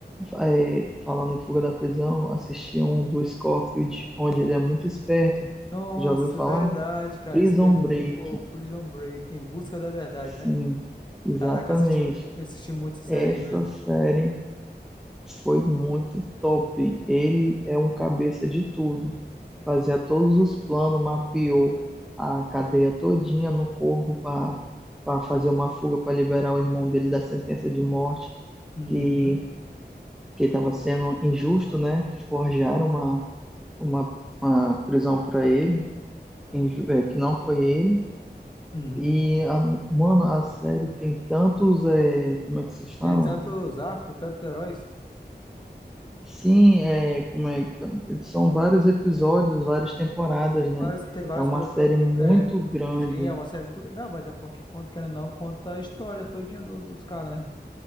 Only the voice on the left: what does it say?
Nossa,
verdade, cara.
Essa ideia é muito
boa. Prison Break, Em Busca da Verdade,
né?
Caraca, assisti, assisti muito essa série
aí, velho.
Uhum,
uhum.
Tem tantos arcos, tantos heróis.
Vários, tem vários
produtores.
É,
sim, é uma série muito. Não, mas é porque conta, querendo ou não, conta a história todinha do- dos caras, né?